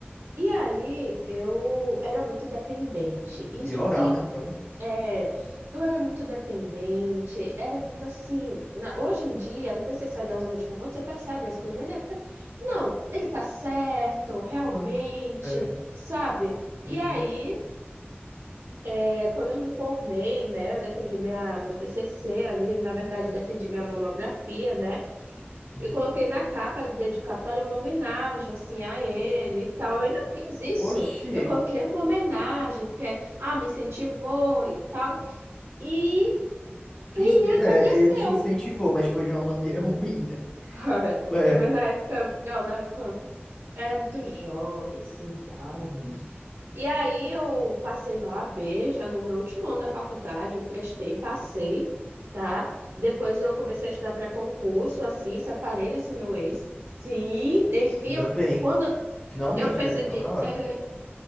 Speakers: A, on the right; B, on the left.
A: e aí eu era muito dependente. Isso
B: E é oral,
A: que
B: né? a Prova.
A: é, eu era muito dependente, era muito assim. na- hoje em dia, depois que você sai da zona de conforto, você percebe as coisas, mas na época, não, ele tá certo, realmente,
B: Ah, É.
A: sabe?
B: Uhum,
A: E aí É, quando eu me formei, né, eu defendi minha, meu TCC ali, na verdade, eu defendi minha monografia, né,
B: uhum.
A: e coloquei na capa de dedicatória uma homenagem, assim, a ele e tal. Eu ainda fiz isso.
B: Oxi,
A: Eu coloquei uma homenagem, porque, ah, me incentivou e tal. E
B: te
A: ele
B: ins-
A: agradeceu.
B: é, ele te incentivou, mas foi de uma maneira <laughs> ruim, né?
A: <laughs>
B: É.
A: foi Mas na época, eu, na época, era muito jovem, assim, tal.
B: Uhum.
A: E aí eu passei na OAB, já no meu último ano da faculdade, eu prestei, passei, tá? Depois eu comecei a estudar para concurso, assim, separei desse meu ex. Sim, enfim,
B: Ainda
A: eu-
B: bem.
A: quando
B: Finalmente,
A: eu percebi,
B: né? Tava na hora.
A: é,